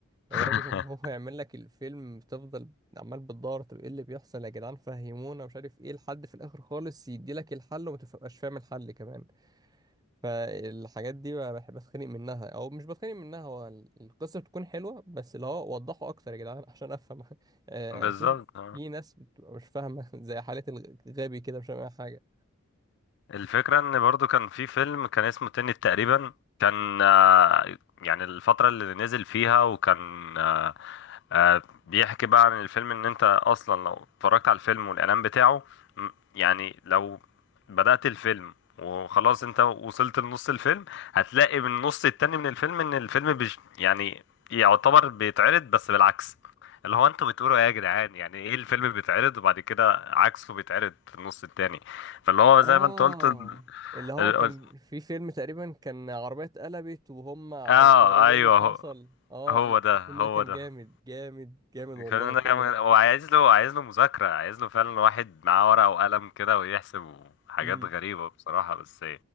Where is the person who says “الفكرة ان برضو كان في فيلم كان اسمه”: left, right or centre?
Left